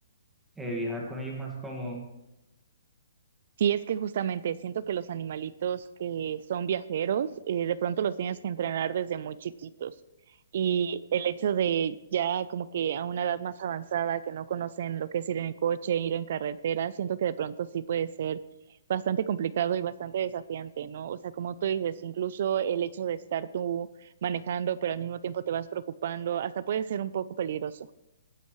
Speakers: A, in the centre; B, on the right.
A: eh, viajar con ellos más cómodo.
B: Sí, es que justamente siento que los animalitos que son viajeros, eh, de pronto los tienes que entrenar desde muy chiquitos. Y el hecho de ya como que a una edad más avanzada, que no conocen lo que es ir en el coche, ir en carretera, siento que de pronto sí puede ser bastante complicado y bastante desafiante, ¿no? O sea, como tú dices, incluso el hecho de estar tú manejando, pero al mismo tiempo te vas preocupando, hasta puede ser un poco peligroso.